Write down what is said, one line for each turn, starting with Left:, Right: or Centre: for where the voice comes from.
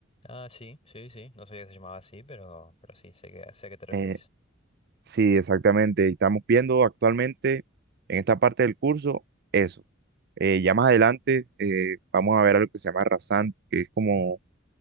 Left: Ah, sí, sí, sí. No sabía que se llamaba así, pero, pero sí, sé que, sé a qué te referís.
Right: Eh, Sí, exactamente. Estamos viendo actualmente en esta parte del curso eso. Eh, ya más adelante eh, vamos a ver algo que se llama rasante, que es como